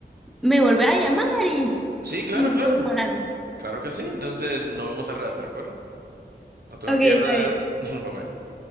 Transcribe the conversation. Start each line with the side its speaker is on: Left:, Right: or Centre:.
Centre: me volví a llamar y,
Right: Sí, claro,
Centre: y volvemos
Right: claro.
Centre: hablando.
Right: Claro que sí. Entonces, nos vemos al rato, ¿de acuerdo? No te
Centre: Ok,
Right: me pierdas.
Centre: está bien.
Right: <laughs> Bye bye.